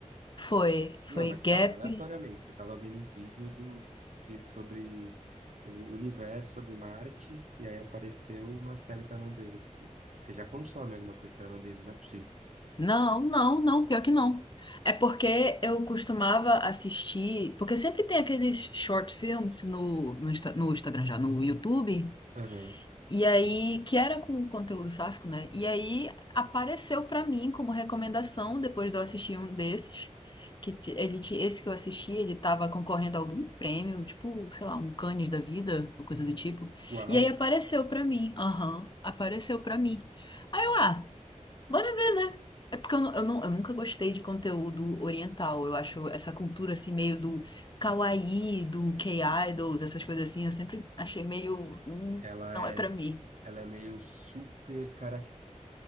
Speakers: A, on the left; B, on the right.
A: Foi, foi
B: Não, mas
A: Gap.
B: calma, aleatoriamente, você estava vendo um vídeo do, de, sobre o universo, sobre Marte, e aí apareceu uma série tailandesa. Tipo, você já consome alguma coisa tailandesa, não é possível.
A: Não, não, não, pior que não. É porque eu costumava assistir, porque sempre tem aqueles short films no, no, Insta- no Instagram já, no YouTube,
B: Aham.
A: e aí, que era com conteúdo sáfico, né? E aí apareceu pra mim como recomendação, depois de eu assistir um desses, que t- ele, ti- esse que eu assisti, ele tava concorrendo a algum prêmio, tipo, sei lá, um Cannes da vida, ou coisa do tipo.
B: Uau,
A: E aí apareceu pra mim, aham, apareceu pra mim. Aí eu, ah, Bora ver, né? É porque eu, nu- eu, nu- eu nunca gostei de conteúdo oriental. Eu acho essa cultura assim, meio do kawaii, do K-idols, essas coisas assim, eu sempre achei meio. "Hum,
B: ela
A: não
B: é,
A: é pra mim.
B: ela é meio super carac,